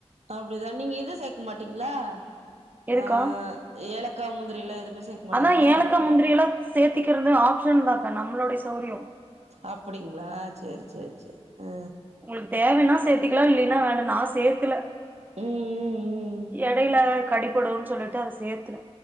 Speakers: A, on the right (about 75°); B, on the right (about 15°).
A: அப்டிதா நீங்க இது சேக்க மாட்டீங்களா
B: எதுக்கா
A: ஆ ஏலக்காய் முந்திரிலாம் எதுவுமே சேக்க மாட்டீங்களா
B: அதா ஏலக்கா முந்திரி எல்லாம் சேத்திக்கிறது ஆப்ஷன் தாங்க நம்மளுோடைய சௌரியம்
A: அப்டிங்களா சேரி சேரி சேரி அ
B: உங்களுக்கு தேவன்னா சேத்துக்லாம் இல்லைன்னா வேண்டா நா சேக்ல
A: ம் ம் ம்
B: இடைல கடிபடுனு சொல்லிட்டு அதை சேத்துரு